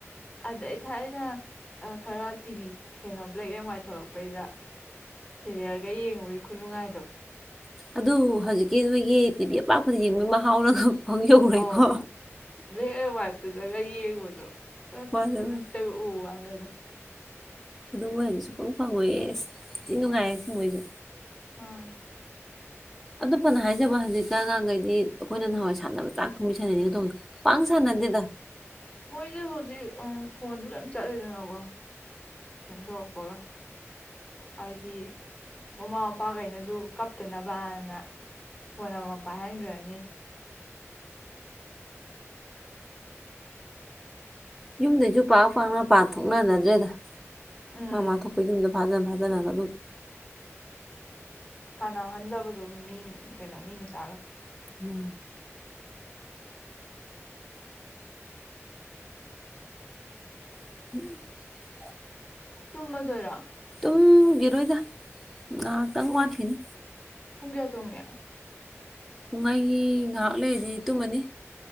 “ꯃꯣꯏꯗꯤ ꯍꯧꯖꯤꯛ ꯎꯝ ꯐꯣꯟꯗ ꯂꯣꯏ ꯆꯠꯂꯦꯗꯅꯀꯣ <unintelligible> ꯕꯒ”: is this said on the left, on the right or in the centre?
Left